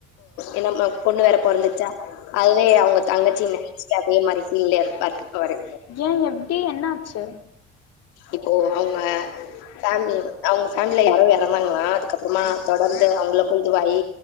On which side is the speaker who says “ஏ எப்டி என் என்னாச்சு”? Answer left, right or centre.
Left